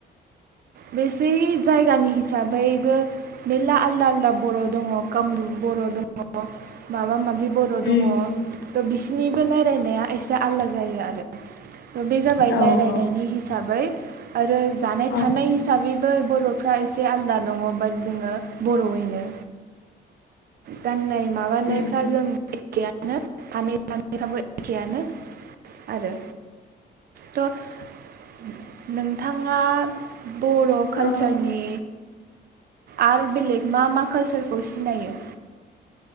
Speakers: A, on the right; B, on the left.
A: बेसे जायगानि हिसाबैबो मेरला आलदा आलदा बर' दङ कामरुप बर' दङ माबा माबि बि बर'
B: उम
A: दङ। थ' बिसोरनिबो रायलायनाया एसे आलदा जायो आरो। ओ बे जाबाय
B: औ
A: रायलायनायनि
B: औ
A: हिसाबै आरो
B: औ
A: थानाय हिसाबै बै बर'फ्रा एसे आलदा दङ बाट जोङो बर'यैनो गाननाय माबानायफ्रा
B: उम
A: जों खेयानो खानै खान ए फ्राबो एखेयानो। आरो थ' नोंथाङा बर' कालचारनि
B: ओ
A: आरो बेलेग मा मा काल्चारखौ सिनायो